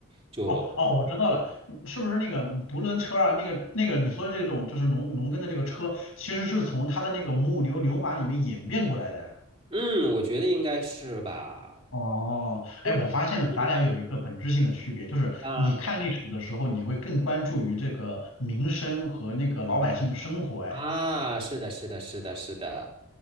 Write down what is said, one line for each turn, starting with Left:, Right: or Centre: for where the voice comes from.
Right: 就
Left: 哦哦，我知道了，是不是那个独轮车啊？那个那个你说这种就是农农耕的这个车，其实是从他的那个木牛流马里面演变过来的呀
Right: 嗯，我觉得应该是吧。
Left: 哦，哎，
Right: 嗯嗯
Left: 我发现了，咱俩有一个本质性的区别，就是你看历史的时候，
Right: 啊
Left: 你会更关注于这个民生和那个老百姓的生活。哎，
Right: 啊，是的，是的，是的，是的。